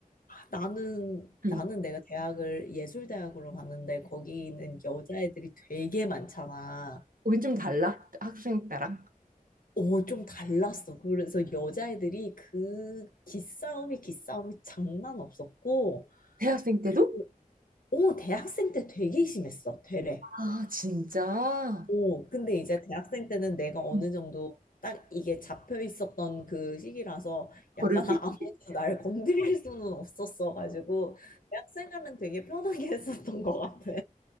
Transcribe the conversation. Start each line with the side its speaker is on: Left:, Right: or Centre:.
Left: 나는
Right: 음.
Left: 나는 내가 대학을 예술대학으로 갔는데 거기는 여자애들이 되게 많잖아.
Right: 우린 좀 달라? 학생 때랑
Left: 어, 좀 달랐어. 그래서 여자애들이 그 기싸움이 기싸움이 장난 없었고,
Right: 대학생 때도?
Left: 그, 어, 대학생 때 되게 심했어. 되레.
Right: 아 진짜?
Left: 어, 근데 이제 대학생 때는 내가 어느
Right: 음.
Left: 정도 딱 이게 잡혀 있었던 그 시기라서 약간
Right: 거를 수
Left: <laughs> 아무도
Right: 있지.
Left: 날 건드릴 수는 없었어가지고 대학생활은 되게 편하게 했었던 것 같아.